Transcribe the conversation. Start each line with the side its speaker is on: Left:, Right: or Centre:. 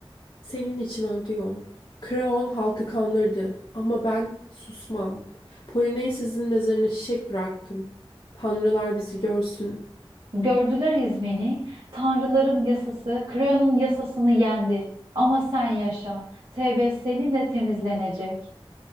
Left: Senin için Antigon. Kraon halkı kanlardı ama ben susmam. Polonezes'in mezarına çiçek bıraktım. Tanrılar bizi görsün.
Right: Gördüler İzmeni, tanrıların yasası, Kreon'un yasasını yendi. Ama sen yaşa, Tebes seninle temizlenecek.